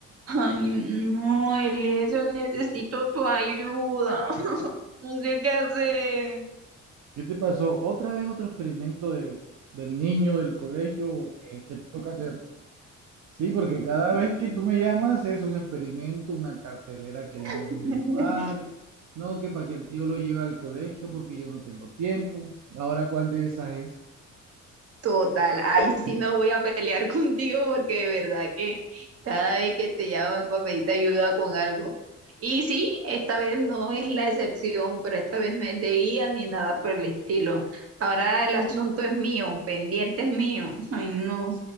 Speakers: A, on the right; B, on the right.
A: Ay, no, Eliezer, necesito tu ayuda. No sé qué hacer.
B: ¿Qué te pasó? ¿Otra vez otro experimento de, del niño del colegio que, que te toca hacer? Sí, porque cada vez que tú me llamas es un experimento, una cartelera que el niño
A: <laughs>
B: debe llevar, no que para que el tío lo lleve al colegio porque yo no tengo tiempo. Ahora, ¿cuál de esas es?
A: Total, ahí sí no voy a pelear <laughs> contigo porque de verdad que cada vez que te llamo es para pedirte ayuda con algo. Y sí, esta vez no es la excepción, pero esta vez no es de IA ni nada por el estilo. Ahora el asunto es mío, pendiente es mío. Ay, no.